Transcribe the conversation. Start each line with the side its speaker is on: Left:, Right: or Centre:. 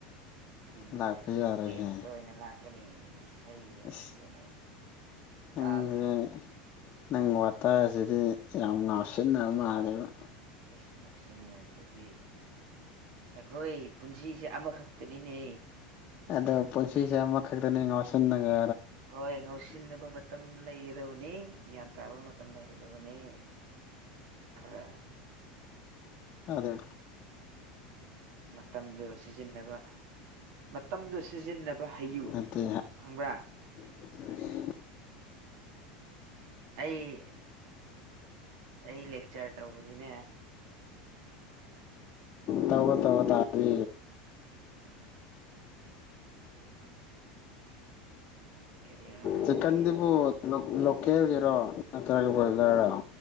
Right: ꯌꯨꯝꯗ
Left: ꯂꯥꯛꯄ ꯌꯥꯔꯣꯏꯍꯦ
Right: ꯇꯣꯏꯅ ꯇꯣꯏꯅ ꯂꯥꯛꯀꯅꯤ ꯏꯁꯩꯗ
Left: ꯑꯁ
Right: ꯀꯩꯅꯣ ꯏ
Left: ꯅꯪꯁꯦ
Right: ꯇꯗ꯭ꯔꯣ
Left: ꯅꯪ ꯋꯥꯇꯥ ꯑꯁꯤꯗꯤ ꯌꯥꯝ ꯉꯥꯎꯁꯤꯟꯅꯕ ꯃꯥꯜꯂꯦꯕ
Right: ꯑꯩꯁꯤꯡ ꯉꯞꯁꯤꯟꯅꯗ꯭ꯔꯗꯤ ꯑꯩꯈꯣꯏ ꯄꯨꯟꯁꯤꯁꯦ ꯑꯃꯈꯛꯇꯅꯤꯅꯦ
Left: ꯑꯗꯣ ꯄꯨꯟꯁꯤꯁꯦ ꯑꯃꯈꯛꯇꯅꯤ ꯉꯥꯎꯁꯤꯟꯅꯉꯦ
Right: ꯍꯣꯏ ꯉꯥꯎꯁꯤꯟꯅꯕ ꯃꯇꯝ ꯂꯩꯒꯗꯕꯅꯤ ꯒ꯭ꯌꯥꯟ ꯇꯥꯕ ꯃꯇꯝ ꯂꯩꯒꯗꯕꯅꯤ ꯈꯔꯦ
Left: ꯑꯗꯦ
Right: ꯃꯇꯝꯗꯨ ꯁꯤꯖꯤꯟꯅꯕ ꯃꯇꯝꯗꯨ ꯁꯤꯖꯤꯟꯅꯕ ꯍꯩꯌꯨ
Left: ꯅꯠꯇꯦ
Right: ꯈꯪꯕ꯭ꯔꯥ
Left: <inaudible>
Right: ꯑꯩ ꯑꯩ ꯂꯦꯛꯆꯔ ꯇꯧꯔꯗꯤꯅꯦ ꯅꯪ
Left: ꯇꯋ ꯇꯋꯥ ꯇꯥꯔ
Right: ꯀꯦꯔꯤꯌꯔ ꯂ ꯅꯪꯒꯤ
Left: ꯆꯤꯛꯀꯟꯗꯨꯕꯨ ꯂꯣꯀꯦꯜꯒꯤꯔꯣ ꯅꯠꯇ꯭ꯔꯒ ꯕꯣꯏꯖꯔꯔꯣ